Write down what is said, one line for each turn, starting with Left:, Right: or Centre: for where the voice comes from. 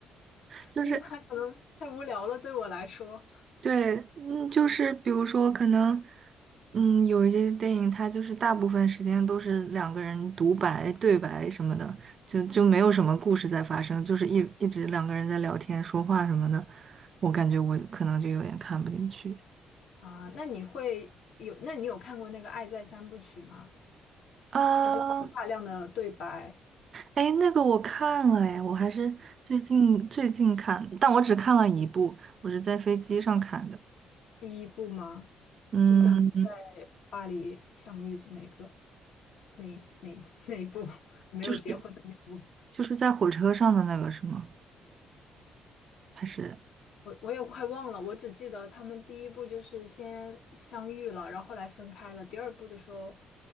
Right: <laughs> 就是
Left: 就是它可能太无聊了，对我来说。
Right: 对，嗯，就是比如说，可能，嗯，有一些电影，它就是大部分时间都是两个人独白、对白什么的，就就没有什么故事在发生，就是一一直两个人在聊天、说话什么的，我感觉我可能就有点看不进去。
Left: 啊，那你会有？那你有看过那个《爱在三部曲》吗？
Right: 啊，
Left: 它就有大量的对白，
Right: 哎，那个我看了哎，我还是最近最近看，但我只看了一部，我是在飞机上看的。
Left: 第一部吗？
Right: 嗯，
Left: 就是他们在巴黎相遇的那个，那那那一部 <laughs>，没有结婚的那一部。
Right: 就是就是在火车上的那个是吗？还是？
Left: 我我也快忘了，我只记得他们第一部就是先相遇了，然后后来分开了。第二部的时候，